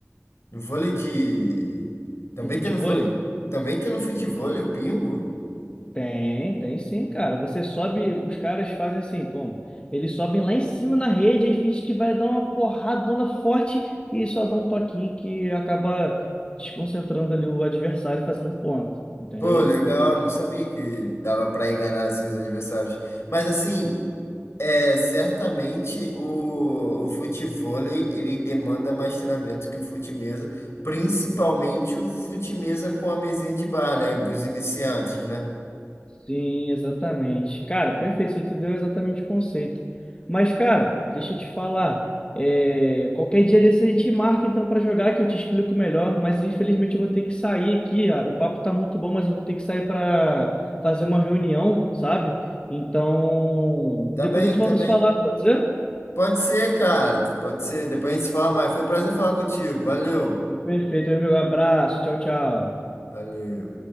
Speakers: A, on the left; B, on the left.
A: no vôlei de, também
B: No futevôlei.
A: tem no vôlei, também tem no futevôlei o pingo.
B: Tem, tem sim, cara. Você sobe, os caras fazem assim, como? Eles sobem lá em cima na rede e finge que vai dar uma porradona forte e só dá um toquinho que acaba desconcentrando ali o adversário e fazendo ponto, entendeu?
A: Pô, legal, não sabia que dava pra enganar assim, os adversários. Mas assim, é, certamente o, o futevôlei, ele demanda mais treinamento que o fute-mesa, principalmente o fute-mesa com a mesinha de bar, né, dos iniciantes, né?
B: Sim, exatamente. Cara, perfeito, você entendeu exatamente o conceito. Mas, cara, deixa eu te falar. é, qualquer dia desse a gente marca então para jogar, que eu te explico melhor. Mas infelizmente eu vou ter que sair aqui. ah, O papo tá muito bom, mas eu vou ter que sair para fazer uma reunião, sabe? Então,
A: Tá
B: depois
A: bem,
B: a gente
A: tá
B: volta
A: bem.
B: a se falar, pode ser?
A: Pode ser, cara, pode ser. Depois a gente se fala mais. Foi um prazer falar contigo. Valeu.
B: Então, perfeito, meu amigo. Abraço, tchau, tchau.
A: Valeu.